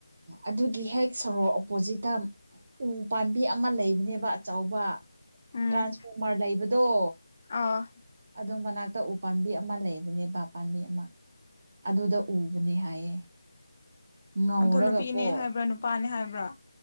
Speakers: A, on the right; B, on the left.
A: ꯑꯗꯨꯒꯤ ꯍꯦꯛ ꯁꯣꯔꯣꯛ ꯄꯣꯖꯤꯛꯇ ꯎꯝ ꯄꯥꯔꯇꯤ ꯑꯃ ꯂꯩꯕꯅꯦꯕ ꯑꯆꯧꯕ
B: ꯎꯝ
A: ꯇ꯭ꯔꯥꯟꯁꯐꯣꯔꯃꯔ ꯂꯩꯕꯗꯣ
B: ꯑꯥ
A: ꯑꯗꯨ ꯃꯅꯥꯛꯇ ꯎ ꯄꯥꯝꯕꯤ ꯑꯃ ꯂꯩꯕꯅꯦꯕꯥ ꯄꯥꯝꯕꯤ ꯑꯃ ꯑꯗꯨꯗ ꯎꯕꯅꯦ ꯍꯥꯏꯌꯦ ꯉꯧꯔꯒꯀꯣ
B: ꯑꯗꯨ ꯅꯨꯄꯤꯅꯦ ꯍꯥꯏꯕ꯭ꯔꯥ ꯅꯨꯄꯥꯅꯦ ꯍꯥꯏꯕ꯭ꯔꯥ